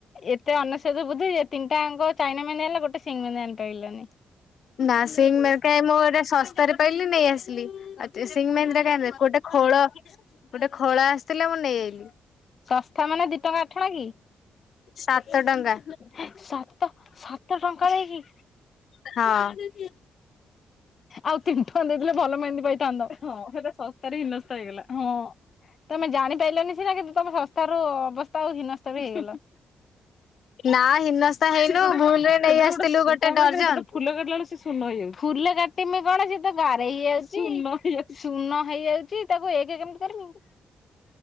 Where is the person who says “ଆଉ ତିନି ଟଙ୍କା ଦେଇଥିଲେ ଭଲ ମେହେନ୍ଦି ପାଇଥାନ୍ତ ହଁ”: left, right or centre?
Left